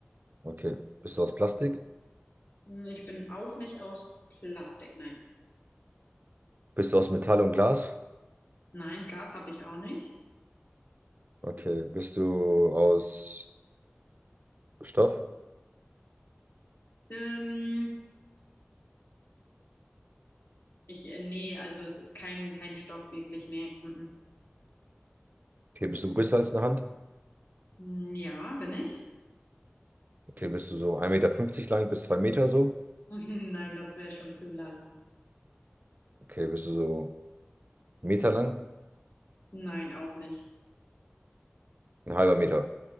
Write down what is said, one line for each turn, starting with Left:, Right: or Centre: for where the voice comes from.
Right: Okay. Bist du aus Plastik?
Left: Hm, Ich bin auch nicht aus Plastik, nein.
Right: Bist du aus Metall und Glas?
Left: Nein, Gas habe ich auch nicht.
Right: Okay. Bist du aus Stoff?
Left: Ähm, ich, äh, nee, also es ist kein, kein Stopp wirklich, nee. Mm,
Right: Okay, bist du größer als eine Hand?
Left: mm. Ja, bin ich?
Right: Okay, bist du so ein Meter fünfzig lang bis 2 Meter so?
Left: <laughs> Nein, das wäre schon zu lang.
Right: Okay, bist du so einen Meter lang?
Left: Nein, auch nicht.
Right: Ein halber Meter.